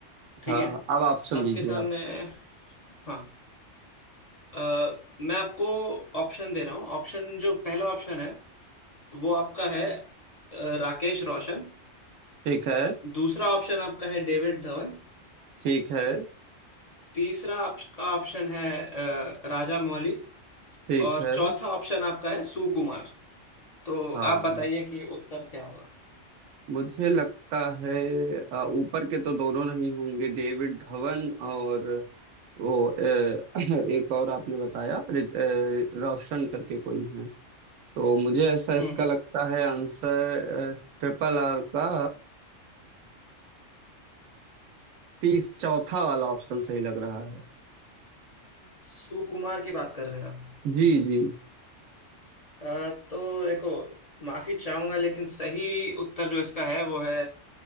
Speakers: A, on the left; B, on the right.
A: ठीक
B: हाँ
A: है
B: अब ऑप्शन
A: आपके
B: दीजिए
A: सामने
B: आप
A: हाँ अ, मैं आपको ऑप्शन दे रहा हूँ ऑप्शन जो पहला ऑप्शन है वो आपका है अ, राकेश रोशन
B: ठीक है
A: दूसरा ऑप्शन आपका है डेविड धवन
B: ठीक है
A: तीसरा आपका ऑप्शन है अ, राजा मौली
B: ठीक
A: और
B: है
A: चौथा ऑप्शन आपका है सुकुमार तो
B: हाँ
A: आप बताइए कि उत्तर क्या होगा
B: मुझे लगता है अ, ऊपर के तो दोनों नहीं होंगे डेविड धवन और वो अ, <clears throat> एक और आपने बताया रि- अ, रोशन करके कोई है तो मुझे ऐसा इसका
A: हम्म हम्म
B: लगता है आंसर ट्रिपल आर का तीस चौथा वाला ऑप्शन सही लग रहा है
A: सुकुमार की बात कर रहे हैं आप
B: जी जी
A: अ, तो देखो माफी चाहूंगा लेकिन सही उत्तर जो इसका है वो है